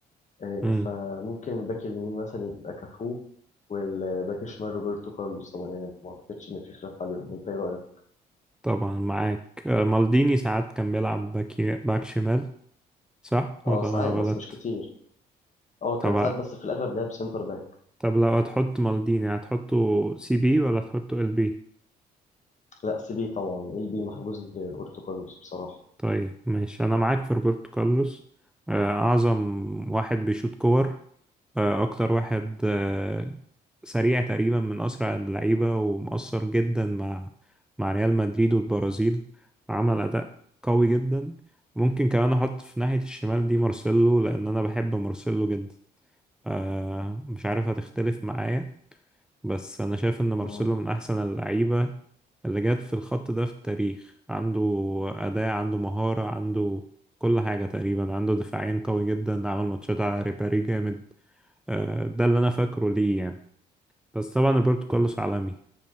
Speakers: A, on the left; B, in the centre.
A: آه
B: امم
A: فممكن الباك اليمين مثلا يبقى كافو والباك الشمال روبرتو كارلوس طبعا يعني ما اعتقدش ان في خلاف عليهم انت ايه رايك
B: طبعا معاك آه، مالديني ساعات كان بيلعب باك باك شمال صح ولا
A: اه ساعات
B: انا غلط
A: بس مش كتير اه كان
B: طب
A: ساعات بس في الاغلب لعب سنتر باك
B: طب لو هتحط مالديني هتحطه سي بي ولا هتحطه ال بي
A: لا سي بي طبعا ال بي محجوز لروبرتو كارلوس بصراحه
B: طيب ماشي انا معاك في روبرتو كارلوس آه، اعظم واحد بيشوط كور آه، اكتر واحد آه، سريع تقريبا من اسرع اللعيبه ومؤثر جدا مع مع ريال مدريد والبرازيل عمل اداء قوي جدا ممكن كمان احط في ناحيه الشمال دي مارسيلو لان انا بحب مارسيلو جدا آه، مش عارف هتختلف معايا بس أنا شايف إن مارسيلو
A: مم.
B: من أحسن اللعيبة اللي جت في الخط ده في التاريخ عنده أداء عنده مهارة عنده كل حاجة تقريبا عنده دفاعين قوي جدا عمل ماتشات على ريبيري جامد آه، ده اللي أنا فاكره ليه يعني بس طبعا روبرتو كارلوس عالمي